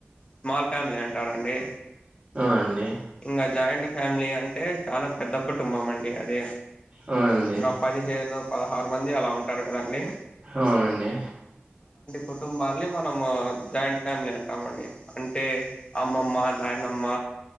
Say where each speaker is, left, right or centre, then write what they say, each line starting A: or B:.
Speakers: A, on the left; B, on the right.
A: స్మాల్ ఫ్యామిలీ అంటారండి.
B: అ అండి
A: ఇంకా జాయింట్ ఫ్యామిలీ అంటే చాలా పెద్ద కుటుంబం అండి అది.
B: అవునండి
A: గ పది హేను పదహారు మంది అలా ఉంటారు కదండి.
B: అవునండి.
A: కుటుంబాలని మనము జాయింట్ ఫ్యామిలీ అంటాంమండి అంటే అమ్మమ్మ నాయనమ్మ